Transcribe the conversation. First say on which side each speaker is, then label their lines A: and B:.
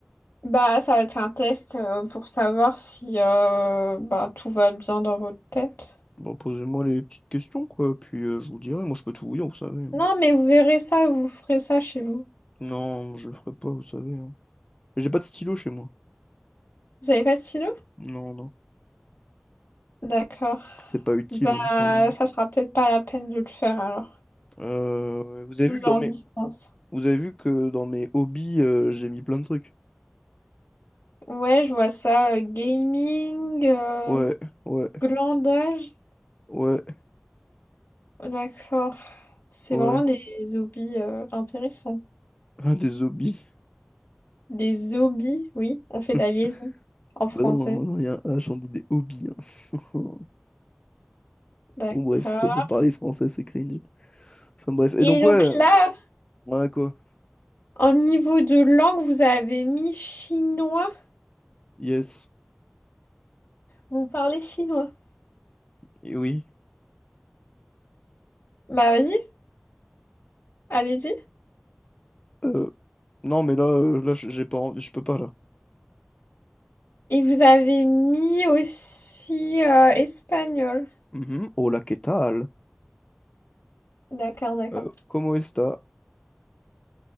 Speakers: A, on the left; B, on the left.
A: Bah, ça va être un test euh, pour savoir si euh, bah, tout va bien dans votre tête.
B: Bon, posez-moi les petites questions, quoi, puis euh, je vous dirai. Moi, je peux tout vous dire, vous savez. hein.
A: Non, mais vous verrez ça, vous ferez ça chez vous.
B: Non, je le ferai pas, vous savez. hein. J'ai pas de stylo chez moi.
A: Vous avez pas de stylo?
B: Non, non.
A: D'accord.
B: C'est pas utile,
A: Bah,
B: hein, vous savez.
A: ça sera peut-être pas la peine de le faire alors.
B: Euh, ouais, vous avez
A: Vous
B: vu que dans
A: en
B: mes...
A: distance.
B: Vous avez vu que dans mes hobbies, euh, j'ai mis plein de trucs.
A: Ouais, je vois ça. euh, gaming, euh,
B: Ouais, ouais,
A: glandage.
B: ouais,
A: D'accord. C'est
B: ouais.
A: vraiment des hobbies euh, intéressants.
B: <laughs> Un des hobbies.
A: Des hobbies, oui, on fait
B: <laughs>
A: la liaison en français.
B: Bah non, non, non, il y a un H, on dit des hobbies. hein. <laughs>
A: D'accord.
B: Bon, bref, ça savez pas parler français, c'est cringe. Enfin, bref. Et
A: Et
B: donc,
A: donc
B: ouais,
A: là,
B: ouais, quoi.
A: en niveau de langue, vous avez mis chinois.
B: Yes.
A: Vous parlez chinois.
B: Et oui.
A: Bah vas-y, allez-y.
B: Euh, non, mais là, euh, là, j'ai pas envie, je peux pas, là.
A: Et vous avez mis aussi euh, espagnol.
B: Mhm. Hola, ¿qué tal?
A: D'accord, d'accord.
B: Euh, ¿cómo está?